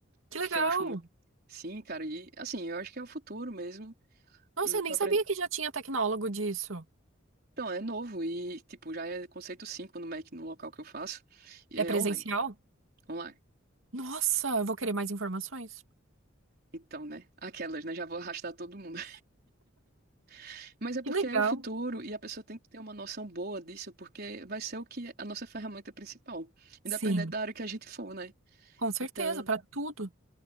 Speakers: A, on the right (about 80°); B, on the right (about 50°).
A: Que
B: porque
A: legal!
B: eu acho muito. Sim, cara, e assim, eu acho que é o futuro mesmo.
A: Nossa,
B: E
A: eu
B: tô
A: nem sabia
B: apren-
A: que já tinha tecnólogo disso.
B: Então, é novo e, tipo, já é conceito 5 no Mac, no local que eu faço. E
A: É
B: é
A: presencial?
B: online. Online.
A: Nossa, eu vou querer mais informações.
B: Então, né? Aquelas, né? Já vou arrastar todo mundo. <laughs> Mas é
A: Que
B: porque
A: legal!
B: é o futuro e a pessoa tem que ter uma noção boa disso, porque vai ser o que é a nossa ferramenta principal,
A: Sim,
B: independente da área que a gente for, né?
A: com certeza,
B: Então,
A: para tudo.